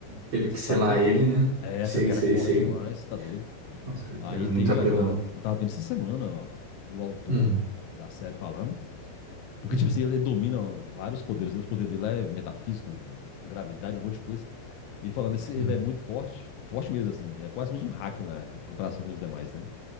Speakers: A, on the right; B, on the left.
A: Teve que
B: Você
A: selar
B: sabe que aquele...
A: ele, né?
B: É,
A: Sei,
B: aquele cara
A: sei,
B: é forte
A: sei.
B: demais. Você tá doido?
A: Com certeza,
B: Aí tem
A: muito apelão.
B: agora... Eu tava vendo essa semana ó, o autor
A: Hum,
B: da série falando. Porque,
A: hum,
B: tipo assim, ele domina vários poderes. né? Os poderes dele lá é metafísico, gravidade, um monte de coisa. E falando, esse, ele
A: hum.
B: é muito forte, forte mesmo, assim. É quase que usa um hack lá, em comparação com os demais, né?